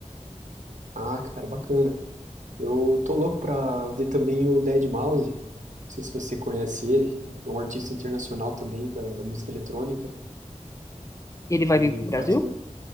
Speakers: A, on the right; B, on the left.
A: Ah, cara, bacana. Eu tô louco pra ver também o deadmau5 não sei se você conhece ele, é um artista internacional também da, da música eletrônica.
B: Ele vai
A: Ele
B: vir pro Brasil?
A: faz um,